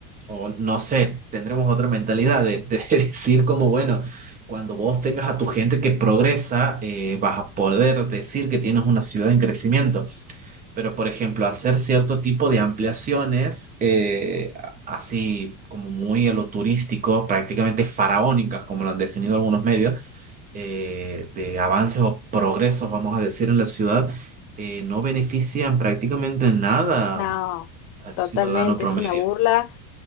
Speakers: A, on the right; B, on the left.
A: o no sé, tendremos otra mentalidad de, de <laughs> decir como, bueno, cuando vos tengas a tu gente que progresa, eh, vas a poder decir que tienes una ciudad en crecimiento. Pero, por ejemplo, hacer cierto tipo de ampliaciones, eh, así como muy a lo turístico, prácticamente faraónicas, como lo han definido algunos medios, eh, de avances o progresos, vamos a decir, en la ciudad, eh, no benefician prácticamente en nada
B: No,
A: al
B: totalmente,
A: ciudadano promedio.
B: es una burla.